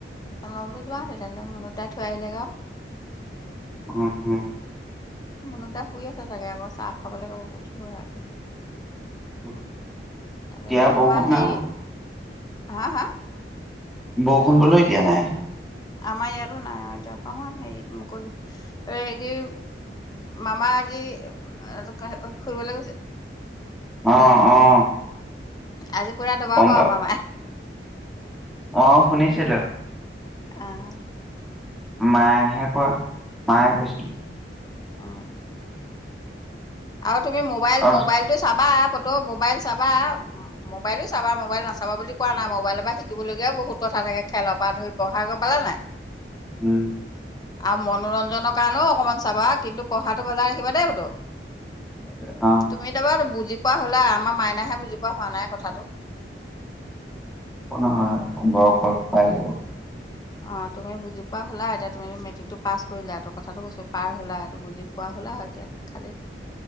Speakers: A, on the left; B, in the centre.
A: ত' ম বোলো যোৱা তেতিয়াহ'লে মনুত দাই থৈ আহিলে গৈ আৰু।
B: উম, উম।
A: মনুদাই শুই আছ চাগে আকৌ চাহ খাবলৈ উঠিবই আৰু
B: অ। <unintelligible>
A: তাকে তোমাৰ হেৰি হা, হা।
B: বৰষুণ বোলো এতিয়া নাই।
A: আমাৰ ইয়াতো নাই জপান হেৰিত মুকলি এই মামা আজি ফুৰিবলৈ গৈছে।
B: অ, ' অ, '।
A: আজি পুৰা দবাব
B: গম পাও
A: আৰু মামাই।
B: অ শুনিছিলো।
A: অহ।
B: মায়েহে কয় মায়ে কৈছিল।
A: অ আৰু তুমি মোবাইল
B: অ
A: মোবাইল টো চাবা। কতো মোবাইল চাবা মোবাইলো চাবা মোবাইল নাচাবা বুলি কোৱা নাই মোবাইলৰ পৰা শিকিবলগীয়াও বহুত কথা থাকে খেলৰ পৰা ধৰি পঢ়া গম পালা নাই।
B: উম।
A: আৰু মনোৰঞ্জনৰ কাৰণেও অকমান চাবা কিন্তু পঢ়াটো বজাই ৰাখিবা দেইতো পুতু।
B: তাকে, অ
A: তুমি এটা বাৰ বুজ বুজি পোৱা হ'লা আমাৰ মাইনাহে বুজি পোৱা হোৱা নাই কথাটো।
B: নহয় সম্ বয়সত পাই যাব।
A: অ তুমি বুজি পোৱা হ'লা এতিয়া তুমি মেট্ৰিকটো পাছ কৰিলা এই কথাটো কৈছো পাৰ হ'লা সেইটো বুজি পোৱা হ'লা আৰু এতিয়া খালি